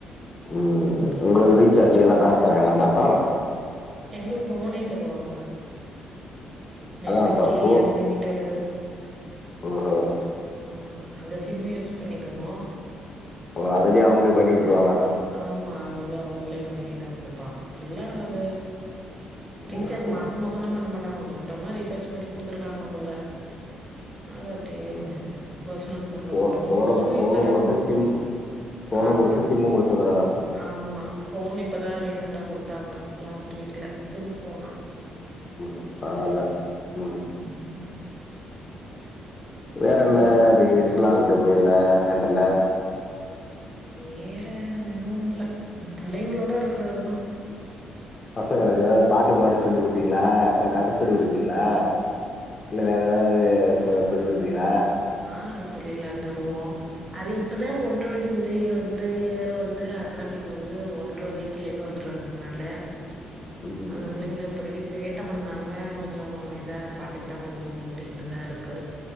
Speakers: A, on the left (about 35°); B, on the right (about 30°).
A: உம் உங்களுக்கு ரீசார்ஜு எல்லா காஸ் தராங்களா மாசோ
B: எங்களுக் போனே தருவாங்க நெட்
A: அதா இப்ப
B: ஃப்ரீ
A: ஃபோ
B: அன்லிமிடட்
A: ஓஹோ
B: ஆமா அந்த சிம்மு யூஸ் பண்ணிக்குவோ
A: ஓ அதுலே அவுங்களே பண்ணிட்டுருவாங்க
B: ஆமா அது அவங்களே பண்ணிதா குடுப்பாங்க ஃபுல்லா அது ரீச்சார்ஜ்
A: ஓஹோ
B: மாசோ மாசோ லா பண்ண மாட் ஆமாம்மா சுத்தமா ரீசார்ஜ் பண்ணி குடுத்துருக்காங்க போல அது அப்டியே
A: ம்
B: பர்சனல் போன்ல
A: ஃபோனு
B: போட்டுருக்கோ
A: ஃபோனு
B: போனே
A: ஃபோனு
B: இப்பதா
A: குடுத்து சிம் ஃபோனு
B: ஆம்மா
A: குடுத்து சிம்மு குடுத்துக்குறாங்க
B: ஆம்மா போன் இப்பதா ரீசன்டா குடுத்தாங்க லாஸ்ட் வீக்ல புது போனா
A: உம் பரவால்ல உம்
B: ம்
A: வேற என்ன
B: குடு
A: பெயில்ஸ் ல்லா இருக்கு உங்க இதுல சென்டர்ல
B: வேற எதுவு இல்ல புள்ளைங்களோட இருக்றதுதா
A: பசங்களுக்கு எதாது பாட்டு பாடி சொல்லி் குடுப்பீங்களா இல்ல கத சொல்லி குடுப்பீங்களா
B: ஆமா.
A: இல்ல வேற எதாவது சொ சொல்லி குடுப்பீங்களா
B: ஆ சொல்லிலாம் <unintelligible> அது இப்பதா ஒன்ற வயசு இந்த இ இந்த இயர் வந்து அகடமிக் வந்து ஒன்ற வயசுல இருந்து வந்து இருந்ததுனால
A: ம்.
B: அது பிள்ளைங்கள இப்பதைக்கு சேட்ட பண்ணாம கொஞ்சோ இதா பாத்துக்கிட்டா போது அப்டின்டுதா இருக்கு